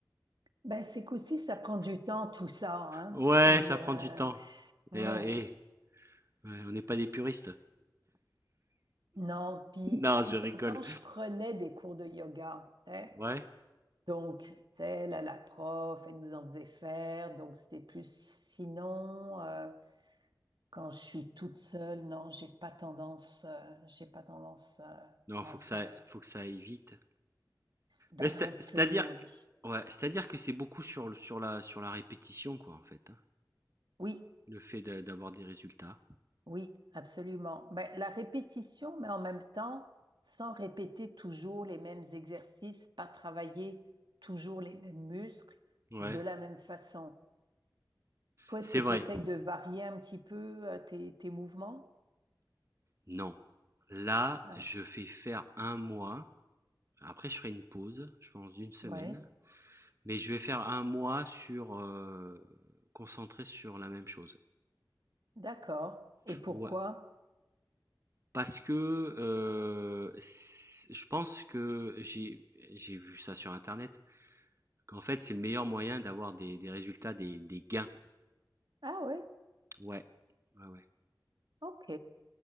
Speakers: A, on the right (about 80°); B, on the right (about 40°).
A: <clears throat> ben c'est qu'aussi, ça prend du temps, tout ça, hein.
B: Ouais,
A: Puis,
B: ça
A: euh,
B: prend du temps
A: ouais,
B: et heu et ouais, on n'est pas des puristes. <laughs>
A: non, puis
B: Non,
A: fut
B: je rigole.
A: un temps, je prenais des cours de yoga, hein.
B: Ouais,
A: Donc, tu sais, là, la prof, elle nous en faisait faire. Donc, c'était plus sinon, euh, quand je suis toute seule, non, j'ai pas tendance, euh, j'ai pas tendance, euh,
B: non,
A: à
B: faut
A: en faire.
B: que ça faut que ça aille vite.
A: Ben,
B: Mais c'est
A: un peu,
B: c'est-à-dire
A: oui.
B: q ouais, c'est-à-dire que c'est beaucoup sur le sur la sur la répétition quoi, en fait, hein,
A: Oui,
B: le fait de d'avoir des résultats.
A: oui, absolument. Ben, la répétition, mais en même temps, sans répéter toujours les mêmes exercices, pas travailler toujours les mêmes muscles
B: Ouais,
A: de la même façon. Toi,
B: c'est
A: est-ce que tu
B: vrai.
A: essayes de varier un petit peu, euh, tes, tes mouvements?
B: Non. Là,
A: Hein?
B: je fais faire un mois, après je ferai une pause, je pense d'une semaine.
A: Ouais.
B: Mais je vais faire un mois sur euh, concentré sur la même chose.
A: D'accord. Et pourquoi?
B: Ouais. Parce que euh, je pense que j'ai j'ai vu ça sur Internet, qu'en fait c'est le meilleur moyen d'avoir des, des résultats, des, des gains.
A: Ah oui,
B: Ouais, ouais, ouais,
A: ok.